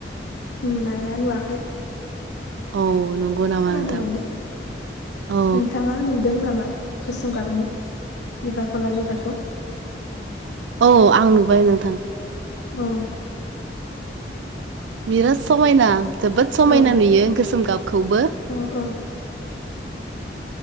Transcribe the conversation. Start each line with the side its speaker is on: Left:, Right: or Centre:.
Left: नुनाया नुवाखै
Right: औ नंगौ नामा
Left: खोनानो
Right: नोंथां
Left: मोनदों
Right: औ
Left: नोंथाङा नुदों नामा गोसोम गाबनि बिबारखौ ला बिबारखौ
Right: औ आं नुबाय नोंथां
Left: औ
Right: बिराद समायना जोबोद समायना
Left: औ
Right: नुयो गोसोम गाबखौबो
Left: औ औ